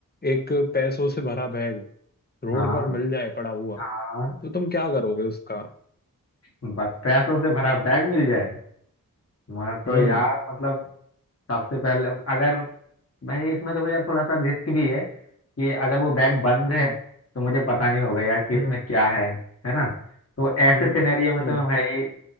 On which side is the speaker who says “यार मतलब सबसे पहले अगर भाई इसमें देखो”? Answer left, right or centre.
Left